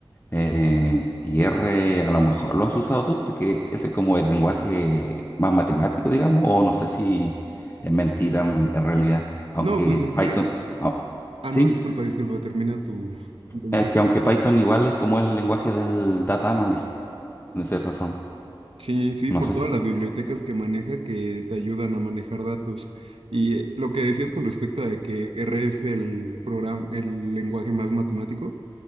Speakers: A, on the left (about 25°); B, on the right (about 80°).
A: Eh, y R a lo mejor lo has usado tú porque ese es como el lenguaje más matemático, digamos, o no sé si es mentira en, en realidad, aunque
B: No, pues es
A: Python,
B: que...
A: ah,
B: Ah,
A: sí,
B: no, disculpa, disculpa, termina tu sentencia.
A: es
B: <laughs>
A: que aunque Python igual es como el lenguaje del data analyst, de cierta forma.
B: Sí, sí,
A: No
B: por
A: sé
B: todas
A: si.
B: las bibliotecas que maneja que te ayudan a manejar datos. Y eh, lo que decías con respecto a de que R es el programa, el lenguaje más matemático,